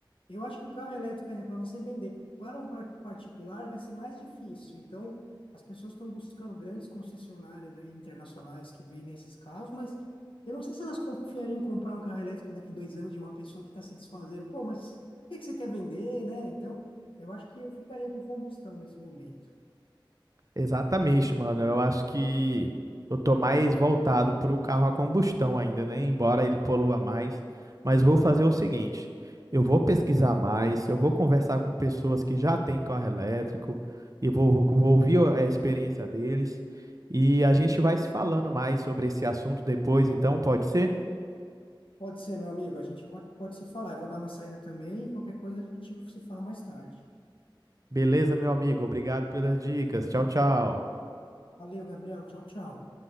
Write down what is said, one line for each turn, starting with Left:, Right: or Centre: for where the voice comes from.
Left: Eu acho que o carro elétrico ainda para você vender para um par- particular vai ser mais difícil. Então, as pessoas estão buscando grandes concessionárias aí internacionais que vendem esses carros, mas eu não sei se elas confiariam em comprar um carro elétrico daqui dois anos de uma pessoa que está se desfazendo. Pô, mas por que que você quer vender, né? Então, eu acho que eu ficaria com combustão nesse momento.
Right: Exatamente, mano. Eu acho que eu tô mais voltado pro carro a combustão ainda, né? Embora ele polua mais. Mas vou fazer o seguinte: eu vou pesquisar mais, eu vou conversar com pessoas que já têm carro elétrico e vou, vou vou ouvir a experiência deles. E a gente vai se falando mais sobre esse assunto depois, então pode ser?
Left: Pode ser, meu amigo, a gente pode, pode se falar. Eu vou dar uma saída também e qualquer coisa a gente se fala mais tarde.
Right: Beleza, meu amigo. Obrigado pelas dicas. Tchau, tchau.
Left: Valeu, Gabriel. Tchau, tchau.